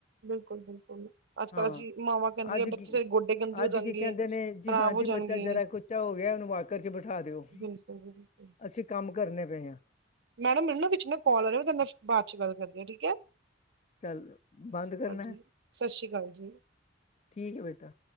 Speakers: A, on the right; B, on the left.
A: ਬਿਲਕੁਲ-ਬਿਲਕੁਲ ਅੱਜ
B: ਹਾਂ
A: ਕੱਲ੍ਹ ਅਸੀਂ ਮਾਵਾਂ ਕੈਂਦੀਆ
B: ਅੱਜ
A: ਬੱਚੇ
B: ਕੀ
A: ਤੇਰੇ ਗੋਡੇ ਗੰਦੇ ਹੋ
B: ਅੱਜ
A: ਜਾਣਗੇ।
B: ਕੀ ਕਹਿੰਦੇ ਨੇ ਜੀ
A: ਖ਼ਰਾਬ
B: ਹਾਂ
A: ਹੋ
B: ਜੀ
A: ਜਾਣਗੇ
B: ਬੱਚਾ ਜਰਾ ਕੁ ਉੱਚਾ ਹੋ ਗੇਆ ਓਨੂੰ ਵਾਕਰ 'ਚ ਬਠਾ ਦੇਓ।
A: ਬਿਲਕੁਲ ਜੀ ਬਿਲਕੁਲ
B: ਅਸੀ ਕੰਮ ਕਰਨੇ ਪਏ ਆਂ।
A: ਮੈਡਮ ਮੈਨੂੰ ਨਾ ਵਿੱਚ ਨਾ ਕੋਲ ਆ ਰਿਆ। ਮੈਂ ਤੁਆਡੇ ਨਾਲ ਬਾਦ 'ਚ ਗੱਲ ਕਰਦੀ ਆਂ ਠੀਕ ਐ।
B: ਚੱਲ ਬੰਦ ਕਰਨੈ?
A: ਜੀ ਸਤਿ ਸ਼੍ਰੀ ਅਕਾਲ ਜੀ
B: ਠੀਕ ਐ ਬੇਟਾ।